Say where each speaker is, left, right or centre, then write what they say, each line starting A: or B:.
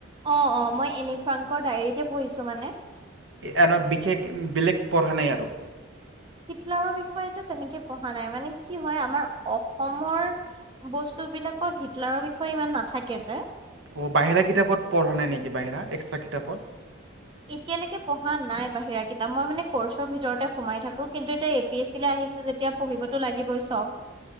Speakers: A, on the right (about 25°); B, on the right (about 65°).
A: অ -অ মই এনিফ্ৰাংকৰ ডায়ৰীতে পঢ়িছো মানে
B: এ বিশেষ বেলেগ পঢ়া নাই আৰু।
A: হিতলাৰৰ বিষয় তো তেনেকে পঢ়া নাই মানে, কি হয় আমাৰ অসমৰ বস্তু বিলাকত হিতলাৰৰ বিষয়ে ইমান নাথাকে যে।
B: অ', বাহিৰা কিতাপত পঢ়া নাই নেকি, বাহিৰা? এক্সট্ৰা কিতাপত?
A: এতিয়ালেকে পঢ়া নাই বাহিৰা কিতাপ। মই মানে কৰ্চৰ ভিততে সোমাই থাকো, কিন্তু এতিয়া এ পি এছ আহিছো যেতিয়া পঢ়িবতো লাগিবই সব।